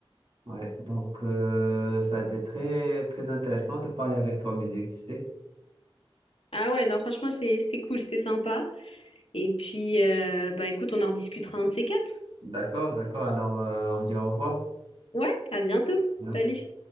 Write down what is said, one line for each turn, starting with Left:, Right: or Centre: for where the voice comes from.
Right: ouais. Donc, euh, ça a été très, très intéressant de parler avec toi, musique, tu sais.
Left: Ah ouais, non, franchement, c'est- c'était cool, c'était sympa. Et puis, euh, bah écoute, on en rediscutera un de ces quatre.
Right: D'accord, d'accord. Alors, euh, on dit au revoir.
Left: Ouais, à bientôt.
Right: Ouais.
Left: Salut.